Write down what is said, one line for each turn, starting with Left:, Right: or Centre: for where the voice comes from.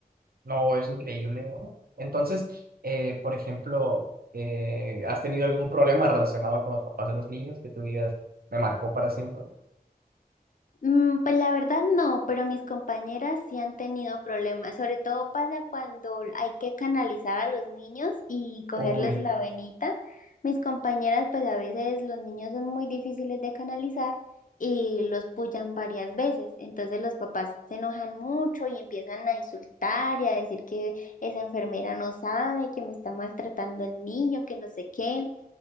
Right: No, es increíble, ¿no? Entonces, eh, por ejemplo, eh, ¿has tenido algún problema relacionado con los papás de los niños que tú digas, me marcó para siempre?
Left: Mm, pues la verdad no, pero mis compañeras sí han tenido problemas. Sobre todo pasa cuando hay que canalizar a los niños y cogerles
Right: Uy,
Left: la venita. Mis compañeras, pues a veces los niños son muy difíciles de canalizar y los pullan varias veces. Entonces los papás se enojan mucho y empiezan a insultar y a decir que esa enfermera no sabe, que me está maltratando el niño, que no sé qué,